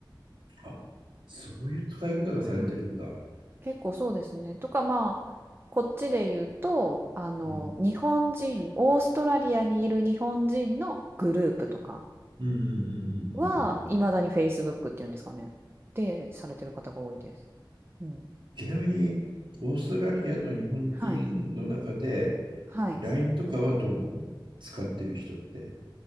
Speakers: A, on the right; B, on the right.
A: あ、そういう使い方がされてるんだ。
B: はい。結構そうですね。とかまあ、こっちで言うと、あの、
A: うん。
B: 日本人、オーストラリアにいる日本人のグループとか
A: うんうんうんうんうんうんうん。
B: は、いまだに Facebook っていうんですかね。で、されてる方が多いです。うん。
A: ちなみに、オーストラリアの日本人の中で、
B: はい。はい。
A: LINE とかはどうなの使ってる人って。